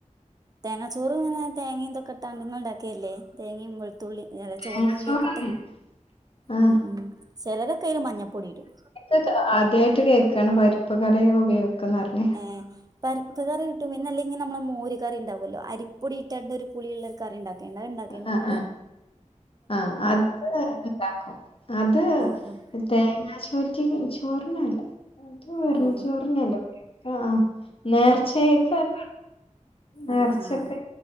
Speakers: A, on the right (about 30°); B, on the left (about 45°).
A: തേങ്ങാ ചോറു ഇങ്ങനെ തേങ്ങി ഇതൊക്കെട്ടാണ്ട് നിങ്ങള്ണ്ടാക്കല്ലേ തേങ്ങിം വ ത്തുള്ളി എല ചോന്നുള്ളിക്ക്‌ട്ട്
B: തേങ്ങാ ചോറല്ലേ ആഹ്
A: ഉം ഉം ചിലരെക്കെയിൽ മഞ്ഞപ്പൊടി ഇടും
B: ഇത് ആദ്യയിട്ട് കേൾക്കാണ് പരിപ്പ് കറി ഉപയോഗിക്ക്‌ന്ന് പറഞ്ഞേ
A: ഏഹ് പര്പ്പ് കറി കുട്ടും പിന്നെ അല്ലെങ്കിൽ നമ്മള മോര് കറി ണ്ടാവുല്ലോ അരിപ്പൊടി ഇട്ടാണ്ട പുളിയ്ള്ള കറി ഇണ്ടാക്കേണ്ട് അത് ഇ ണ്ടാക്കേണ്ട്
B: ആഹ്
A: ങ്ങള്
B: ആഹ് ആഹ് അത്ണ്ടാക്കും അത്
A: ആഹ് ആഹ്
B: തേങ്ങാ ചോറ്റി ചോറിനല്ല അത് വെറു
A: ഉം
B: ചോറിനല്ലേ ആഹ് ആഹ് നേർച്ചയെകേക്കെണ്ട് നേർച്ചക്കെ
A: ആഹ് ആഹ്